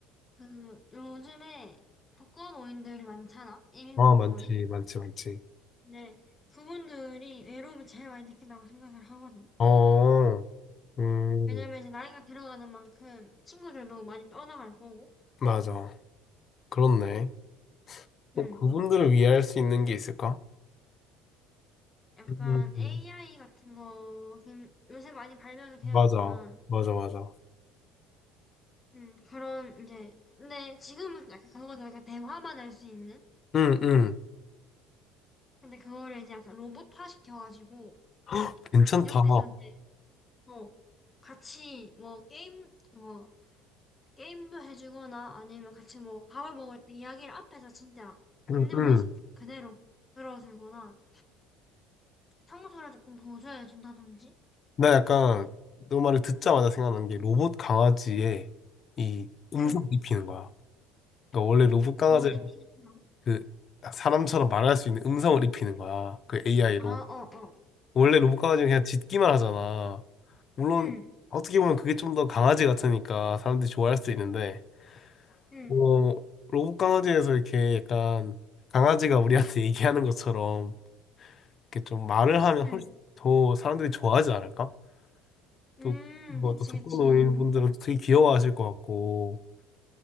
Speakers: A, on the left (about 20°); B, on the left (about 40°).
A: 그, 요즘에 독거노인들이 많잖아? 1인
B: 아
A: 독거노인?
B: 많지 많지 많지.
A: 네, 그분들이 외로움을 제일 많이 느낀다고 생각을 하거든.
B: 어. 음
A: 왜냐면 이제 나이가 들어가는 만큼 친구들도 많이 떠나갈 거고,
B: 맞아. 그렇네. 뭐
A: 응.
B: 그분들을 위해 할 수 있는 게 있을까?
A: 약간
B: 음,
A: AI 같은 거, 긴- 요새 많이 발명이 되었지만,
B: 맞아 맞아 맞아.
A: 음, 그런, 이제, 근데 지금은 약간 그거들 약간 대화만 할 수 있는?
B: 응 응.
A: 근데 그거를 이제 약간 로봇화 시켜가지고,
B: <gasps> 괜찮다.
A: 옆에서 이제, 뭐 같이 뭐 게임, 뭐, 게임도 해주거나 아니면 같이 뭐 밥을 먹을 때 이야기를 앞에서 진짜
B: 응,
A: 있는
B: 응.
A: 모습 그대로 들어주거나, 청소를 조금 보조해준다든지,
B: 나 약간 너 말을 듣자마자 생각난 게 로봇 강아지에 이 음성을
A: 응,
B: 입히는 거야. 그러니까 원래 로봇 강아지
A: 뭘 입히는 거?
B: 그 사람처럼 말할 수 있는 음성을 입히는 거야. 그 AI로.
A: 아, 어, 어,
B: 원래 로봇 강아지는 그냥 짖기만 하잖아. 물론
A: 응,
B: 어떻게 보면 그게 좀 더 강아지 같으니까 사람들이 좋아할 수 있는데
A: 응,
B: 어, 로봇 강아지에서 이렇게 약간 강아지가 우리한테 <laughs> 얘기하는 것처럼 이렇게 좀 말을 하면
A: 응.
B: 훨씬 더 사람들이 좋아하지 않을까? 또,
A: 음,
B: 뭐,
A: 그치,
B: 또 독거노인
A: 그치.
B: 분들은 되게 귀여워하실 것 같고,